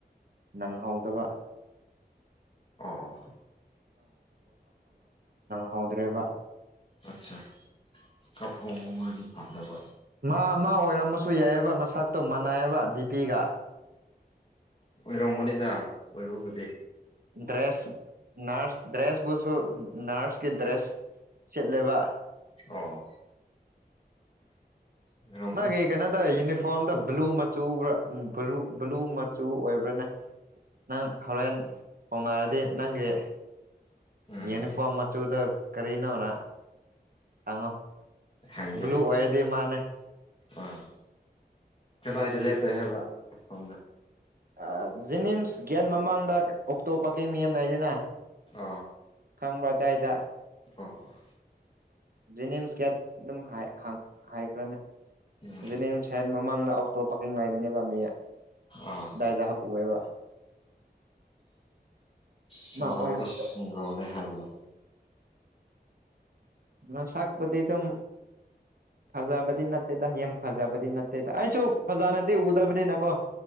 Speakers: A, on the right; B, on the left.
A: ꯅꯪꯍꯧꯗꯕ
B: ꯑꯣ
A: <unintelligible> ꯍꯧꯗ꯭ꯔꯦꯕ
B: ꯑꯆꯥ ꯀꯞ ꯍꯧꯔꯗꯤ ꯐꯒꯗꯕ
A: ꯃꯥ ꯃꯥ ꯑꯣꯏꯔꯝꯕꯁꯨ ꯌꯥꯏꯌꯦꯕ ꯃꯁꯛꯇꯣ ꯃꯥꯟꯅꯥꯏꯌꯦꯕ ꯗꯤꯄꯤꯒ
B: ꯑꯣꯏꯔꯝꯒꯅꯤꯗ ꯑꯣꯏꯕꯕꯨꯗꯤ
A: ꯗ꯭ꯔꯦꯁ ꯅꯔꯁ ꯗ꯭ꯔꯦꯁꯕꯨꯁꯨ ꯅꯔꯁ ꯀꯤ ꯗ꯭ꯔꯦꯁ ꯁꯦꯠꯂꯦꯕ
B: ꯑꯣ ꯑꯣꯏꯔꯝꯒꯅꯤ
A: ꯅꯣꯢꯒꯤ ꯀꯩꯅꯣꯇꯧꯏ ꯌꯨꯅꯤꯐꯣꯝ ꯐꯣꯝꯗꯣ ꯕꯨꯂꯨ ꯃꯆꯨ ꯎꯕꯔꯥ ꯕꯨꯂꯨ ꯃꯆꯨ ꯑꯣꯏꯕ꯭ꯔꯥꯅꯦ ꯅꯪ ꯍꯣꯔꯦꯟ ꯍꯣꯡꯅꯔꯗꯤ ꯅꯪꯒꯤ
B: ꯎꯝ
A: ꯌꯨꯅꯤꯐꯣꯝ ꯃꯆꯨꯗꯣ ꯀꯔꯤꯅꯣꯅ ꯍꯪꯉꯣ
B: ꯍꯪꯒꯦ
A: ꯕꯨꯂꯨ ꯑꯣꯏꯔꯗꯤ ꯃꯥꯟꯅꯦ
B: ꯑꯥ ꯀꯗꯥꯏꯗ ꯂꯦꯞꯄꯦ ꯍꯥꯏꯕ ꯃꯐꯝꯗ
A: ꯑꯥ ꯖꯤꯅꯤꯝꯁ ꯒꯦꯠ ꯃꯃꯥꯡꯗ ꯑꯣꯛꯇꯣ ꯄꯥꯀꯤꯡ ꯃꯤꯌꯥꯝ ꯂꯩꯗꯅ
B: ꯑ
A: ꯈꯪꯕ꯭ꯔꯥ ꯑꯗꯥꯏꯗ
B: ꯑꯣ ꯍꯣ
A: ꯖꯦꯅꯤꯝꯁ ꯒꯦꯠ ꯑꯗꯨꯝ ꯍꯥꯢ ꯍꯥꯏꯈ꯭ꯔꯅꯦ
B: ꯎꯝ
A: ꯖꯦꯅꯤꯝꯁ ꯍꯦꯛ ꯃꯃꯥꯡꯗ ꯑꯣꯛꯇꯣ ꯄꯥꯔꯀꯤꯡ ꯂꯩꯕꯅꯦꯕ ꯃꯤ
B: ꯑꯥ
A: ꯗꯥꯏꯗꯥ ꯎꯑꯦꯕ
B: ꯁꯤꯡꯒꯜꯗꯤ
A: ꯃꯥ ꯑꯣꯏꯕ
B: ꯁꯤꯡꯒꯜꯅꯦ ꯍꯥꯏꯕꯅꯦ
A: ꯃꯁꯛꯄꯨꯗꯤ ꯗꯨꯝ ꯐꯖꯥꯕꯗꯤ ꯅꯠꯇꯦꯗ ꯌꯥꯝ ꯐꯖꯥꯕꯗꯤ ꯅꯠꯇꯦꯗ ꯑꯩꯁꯨ ꯐꯖꯥꯅꯗꯤ ꯎꯗꯕꯅꯤꯅꯀꯣ